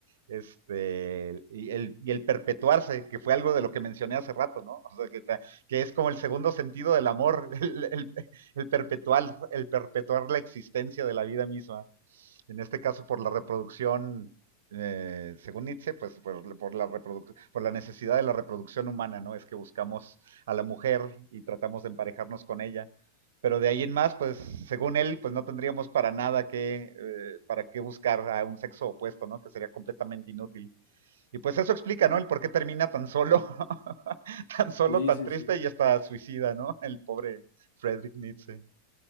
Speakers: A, on the right (about 60°); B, on the left (about 60°).
A: este y el, y el perpetuarse, que fue algo de lo que mencioné hace rato, ¿no? O sea, que, que es como el segundo sentido del amor, <laughs> el, el- el perpetuar, el perpetuar la existencia de la vida misma. En este caso, por la reproducción, eh, según Nietzsche, pues por, por la reproduc por la necesidad de la reproducción humana, ¿no? Es que buscamos a la mujer y tratamos de emparejarnos con ella. Pero de ahí en más, pues según él, pues no tendríamos para nada que, eh, para qué buscar a un sexo opuesto, ¿no? Que sería completamente inútil. Y pues eso explica, ¿no? El por qué termina tan solo, <laughs> tan solo,
B: Sí,
A: tan
B: sí,
A: triste
B: sí.
A: y hasta suicida, ¿no? El pobre Friedrich Nietzsche.